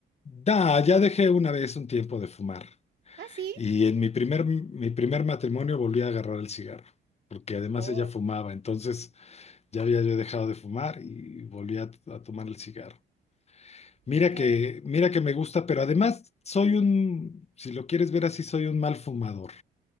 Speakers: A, on the left (about 35°); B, on the right (about 60°).
A: Da, ya dejé una vez un tiempo de fumar.
B: ¿Ah, sí?
A: Y en mi primer, mi primer matrimonio volví a agarrar el cigarro, porque además
B: Oh,
A: ella fumaba, entonces ya había yo dejado de fumar y volví a, a tomar el cigarro. Mira
B: ok.
A: que, mira que me gusta, pero además soy un, si lo quieres ver así, soy un mal fumador,